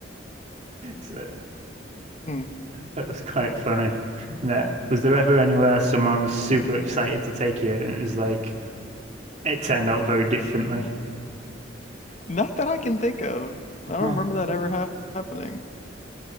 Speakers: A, on the right; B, on the left.
A: So
B: hmm.
A: that was quite funny. And That was there ever anywhere someone was super excited to take you, and it was like it turned out very differently.
B: not that I can think of.
A: Because
B: I don't remember that ever hap happening.